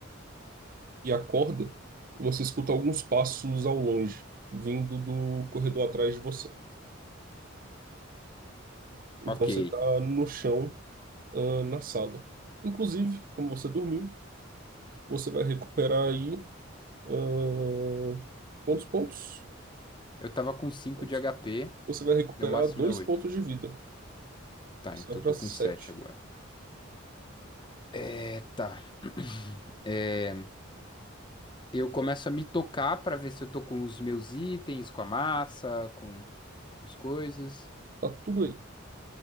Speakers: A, on the right; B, on the left.
A: e acorda, você escuta alguns passos ao longe, vindo do corredor atrás de você. Então
B: ok.
A: você está no chão, ah, na sala. Inclusive, como você dormiu, você vai recuperar aí, ah, quantos pontos?
B: Eu tava com cinco
A: Pontos.
B: de HP,
A: Você vai recuperar
B: meu máximo
A: dois
B: é oito
A: pontos de vida.
B: Tá,
A: Você
B: então
A: vai para
B: eu tô
A: sete.
B: com sete agora. É, tá. <clears throat> É, eu começo a me tocar pra ver se eu tô com os meus itens, com a massa, com as coisas.
A: Tá tudo aí.